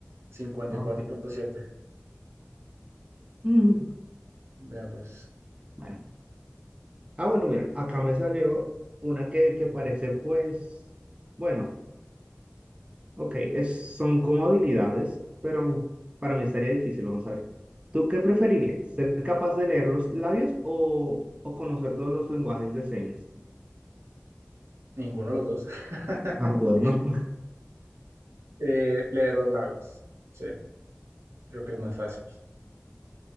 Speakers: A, on the right; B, on the right.
A: cincuenta
B: Ah,
A: y cuatro
B: mira.
A: punto siete.
B: Mm,
A: Vea, pues,
B: bueno. Ah, bueno, mira, acá me salió una que, que parece, pues, bueno, ok, es, son como habilidades, pero para mí estaría difícil, vamos a ver. ¿Tú qué preferirías? ¿Ser capaz de leer los labios o, o conocer todos los lenguajes de señas?
A: ninguno de los dos. <laughs>
B: Ah, bueno. <laughs>
A: Eh, leer los labios. Sí, creo que es más fácil.